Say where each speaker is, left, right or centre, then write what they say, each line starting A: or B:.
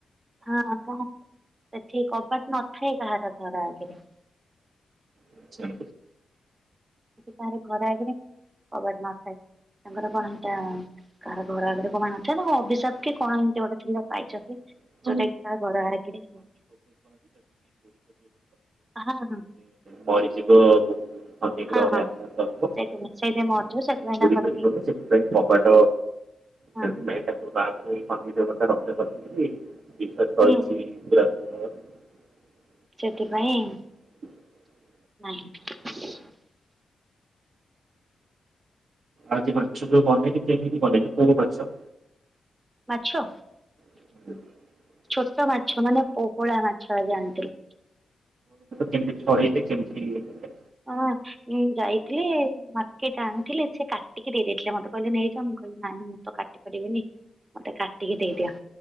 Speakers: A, on the right; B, on the right.
A: ହଁ କ ସେଠି କବାଟ ନଥାଏ କାହା ଘର ଆଗରେ
B: ଆଛା
A: ତାରେ ଘର ଆଗରେ କବାଟ ନଥାଏ। ତାଙ୍କର କଣ ହେଟା କାହାର ଘର ଆଗରେ <inaudible> ଅଭିଶାପ କି କଣ ଏମିତି ଗୋଟେ ପାଇଛନ୍ତି।
B: <inaudible> <inaudible>
A: ଯୋଉଟା କି କାହା ଘର ଆଗରେ ହଁ ହଁ
B: ମରିଯିବି ଅନନ୍ୟ ଗ୍ରହରେ
A: ହଁ ହଁ
B: ଆକ୍ରାନ୍ତକୁପରି
A: ସେଇଥିପାଇଁ ସେଇଥିପାଇଁ ମରିଯିବ ସେଥିପାଇଁ ତାଙ୍କର
B: କଲେ
A: କେହି
B: ସେଥିପାଇଁ କବାଟ
A: ହଁ
B: ସେଥିପାଇଁ ତାଙ୍କ ଗାଁ କୁ <inaudible> <inaudible> ବିଶସ
A: ହୁଁ
B: ରହିଛି <inaudible>
A: ସେଥିପାଇଁ
B: <unintelligible>
A: ନାହିଁ।
B: ଆଜି ମାଛ କୁ ବନେଇକି କେମିତି ବନେଇଲେ କୋଉଁ ମାଛ?
A: ମାଛ
B: <unintelligible>
A: ଛୋଟ ମାଛ ମାନେ ପୋପଳା ମାଛ ଆଜି ଆଣିଥିଲେ।
B: କେମିତି <inaudible>
A: ହଁ ଯାଇଥିଲେ ମାର୍କେଟ ଆଣିଥିଲେ। ସେ କାଟିକି ଦେଇେଇଥିଲେ ମୋତେ କହିଲେ ନେଇଯା ମୁଁ କହିଲି ନାଇଁ ମୁଁ ତ କାଟି ପାରିବିନି। ମତେ କାଟିିକି ଦେଇଦିଆ।